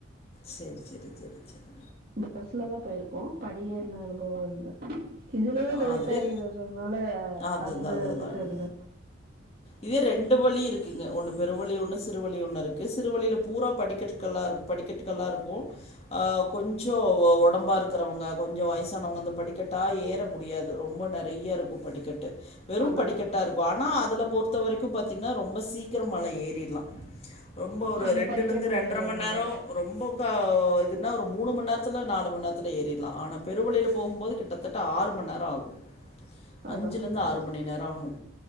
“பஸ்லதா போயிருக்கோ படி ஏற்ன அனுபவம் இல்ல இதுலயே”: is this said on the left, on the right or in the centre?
Right